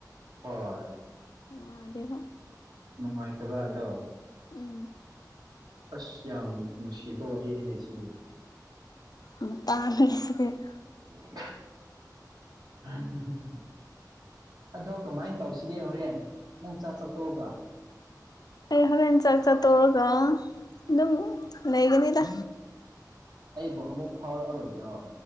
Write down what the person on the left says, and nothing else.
ꯍꯩꯅꯗꯦꯕꯣ
ꯎꯝ
<unintelligible>
ꯑꯩ ꯍꯧꯔꯦꯟ ꯆꯥꯛꯆꯥ ꯇꯣꯛꯑꯒ ꯑꯗꯨꯝ ꯂꯩꯒꯅꯤꯗ